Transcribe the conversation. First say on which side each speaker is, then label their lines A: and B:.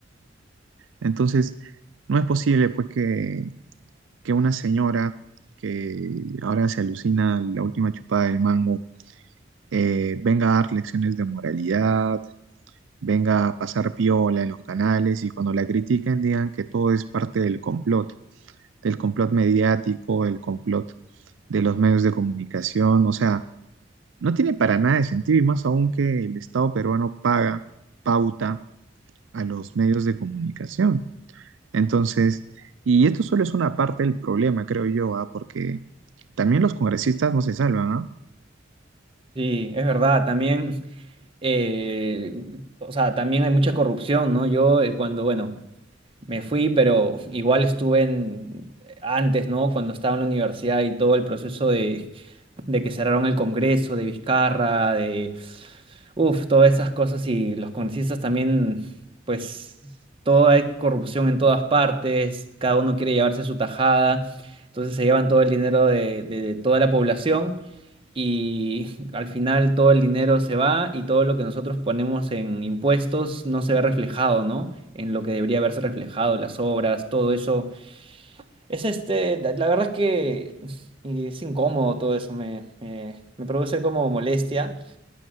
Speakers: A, on the right; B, on the right.
A: Entonces, no es posible pues que, que una señora que ahora se alucina la última chupada del mango, eh, venga a dar lecciones de moralidad, venga a pasar piola en los canales y cuando la critiquen digan que todo es parte del complot. del complot mediático, el complot de los medios de comunicación, o sea, no tiene para nada de sentido y más aún que el Estado peruano paga pauta a los medios de comunicación. Entonces, y esto solo es una parte del problema, creo yo, ¿ah? porque también los congresistas no se salvan, ¿ah?
B: Sí, es verdad, también, eh, o sea, también hay mucha corrupción, ¿no? Yo eh, cuando, bueno, me fui, pero igual estuve en, antes, ¿no? Cuando estaba en la universidad y todo el proceso de de que cerraron el Congreso, de Vizcarra, de, uff, todas esas cosas y los congresistas también, pues, toda hay corrupción en todas partes, cada uno quiere llevarse su tajada, entonces se llevan todo el dinero de, de- de toda la población y al final todo el dinero se va y todo lo que nosotros ponemos en impuestos no se ve reflejado, ¿no? En lo que debería haberse reflejado, las obras, todo eso es este, la la verdad es que eh, es incómodo todo eso, me, me- me produce como molestia,